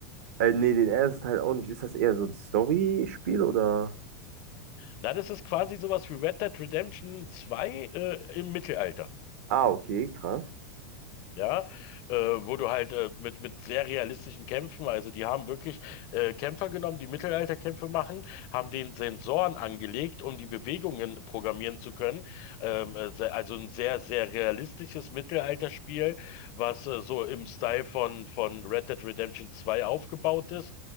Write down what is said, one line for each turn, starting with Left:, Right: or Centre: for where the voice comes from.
Right: Äh, nee, den ersten Teil auch nicht. Ist das eher so ein Story-Spiel oder?
Left: Na, das ist quasi sowas wie Red Dead Redemption zwei äh, im Mittelalter.
Right: Ah, okay, krass.
Left: Ja, äh, wo du halt äh, mit, mit sehr realistischen Kämpfen, also die haben wirklich äh, Kämpfer genommen, die Mittelalterkämpfe machen, haben den Sensoren angelegt, um die Bewegungen programmieren zu können. Ähm, äh, se- also ein sehr, sehr realistisches Mittelalterspiel, was äh, so im Style von, von Red Dead Redemption zwei aufgebaut ist